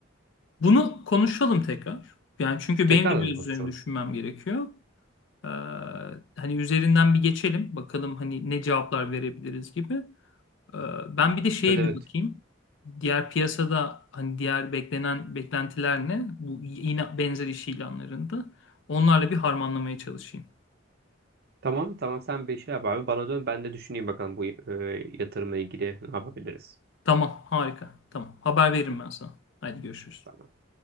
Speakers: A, on the left (about 65°); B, on the right (about 55°).
A: Bunu konuşalım tekrar. Yani çünkü
B: Tekrardan
A: benim de biraz
B: mı konuşalım?
A: üzerine düşünmem gerekiyor. Ee, hani üzerinden bir geçelim. Bakalım hani ne cevaplar verebiliriz gibi. Ee, ben bir de şeye
B: Evet evet.
A: bir bakayım. Diğer piyasada hani diğer beklenen beklentiler ne? Bu yine benzer iş ilanlarında. Onlarla bir harmanlamaya çalışayım.
B: Tamam tamam sen bir şey yap abi. Bana dön ben de düşüneyim bakalım bu e, yatırımla ilgili ne yapabiliriz.
A: Tamam, harika. Tamam. Haber veririm ben sana. Hadi görüşürüz.
B: Tamam.